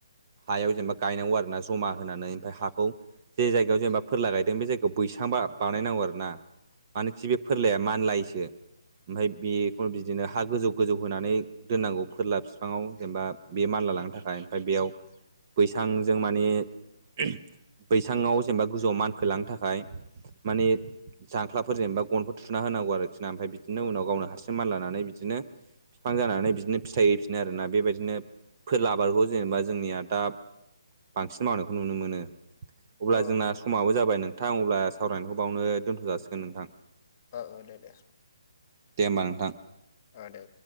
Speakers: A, on the right (about 30°); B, on the left (about 30°).
A: हायाव जेनबा गायनांगौ आरो ना जमा होनानै ओमफ्राय हाखौ जे जायगायाव जेनबा फोरला गायदों बे जायगायाव बैसां बा बानायनांगौ आरो ना मानोखि बे फोरलाया मानलायोसो ओमफाय बेखौ बिदिनो हा गोजौ गोजौ होनानै दोननांगौ फोरला बिफाङाव जेनेबा बे मान ला लांनो थाखाय ओमफ्राय बेयाव बैसां जों माने ओम बैसाङाव जेनेबा गोजौआव मानखोलांनो थाखाय माने जांख्लाफोरजों एनबा गनफोर थुना होनांगौ आरोखि ना ओमफाय बिदिनो उनाव गावनो हारसिं मानलानानै बिदिनो बिफां जानानै बिदिनो फिथाइ हैैफिनो आरोना बेबायदिनो फोरला आबादखौ जेनेबा जोंनिया दा बांसिन मावनायखौ नुनो मोनो अब्ला
B: अ
A: जोंना समाबो जाबाय नोंथां अब्ला सावरायनायखौ बावनो दोनथ' जासिगोन नोंथां
B: ओ ओ दे दे
A: दे होमबा नोंथां
B: ओ दे